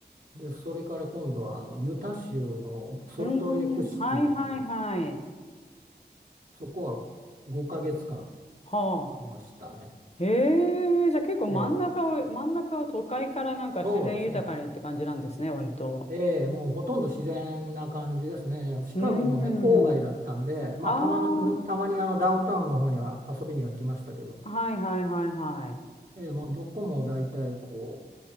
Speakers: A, on the right; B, on the left.
A: で、それから今度はあのユタ州のソルトレイクシティに、
B: い。うーん、はいはいはい。
A: そこは5ヶ月間
B: は
A: いましたね。
B: あ。へえ、じゃあ結構真ん中を、
A: ええ
B: 真ん中は都会からなんか自然豊かにって感じなんですね、
A: そうですね。
B: 割と。
A: ええ、もうほとんど自然な感じですね。シカゴもね、
B: うーん。
A: 郊外だったんで、まあ、
B: あ
A: たまの、たまにあのダウンタウンの方には遊びには来ましたけど、
B: あ、はいはいはいはい。
A: ええ、もうどこも大体こ